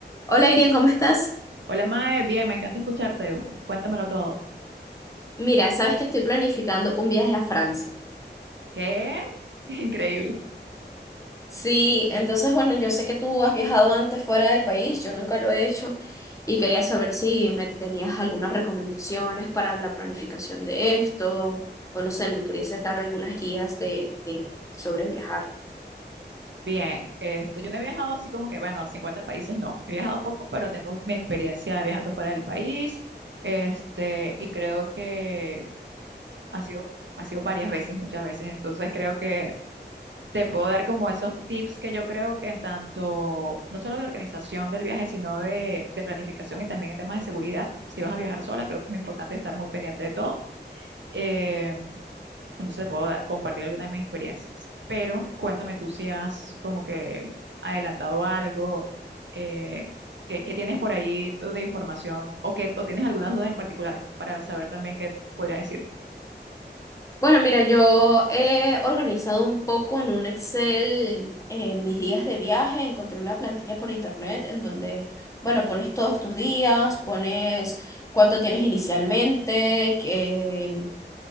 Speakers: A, on the left; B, on the right.
A: Hola Irene, ¿cómo estás?
B: Hola, Mae, bien, me encanta escucharte. Cuéntamelo todo.
A: Mira, sabes que estoy planificando un viaje a Francia.
B: ¿Qué? <laughs> Increíble.
A: Sí, entonces bueno, yo sé que tú has viajado antes fuera del país, yo nunca lo he hecho y quería saber si me tenías algunas recomendaciones para la planificación de esto o no sé, me pudieses dar algunas guías de, de sobre viajar.
B: Bien, este, yo no he viajado así como que, bueno, cincuenta países no. He viajado poco, pero tengo mi experiencia viajando fuera del país. Este, y creo que ha sido, ha sido varias veces, muchas veces. Entonces creo que te puedo dar como esos tips que yo creo que en tanto, no solo de organización del viaje, sino de, de planificación y también en temas de seguridad. Si vas a viajar sola, creo que es muy importante estar muy pendiente de todo. Eh, entonces te puedo dar- compartir algunas de mis experiencias. Pero cuéntame tú si has como que adelantado algo, eh, ¿qué, qué tienes por ahí de información o, que, o tienes algunas dudas en particulares para saber también qué podría decir.
A: Bueno, mira, yo he organizado un poco en un Excel eh, mis días de viaje. Encontré una plantilla por internet en donde, bueno, pones todos tus días, pones cuánto tienes inicialmente, que,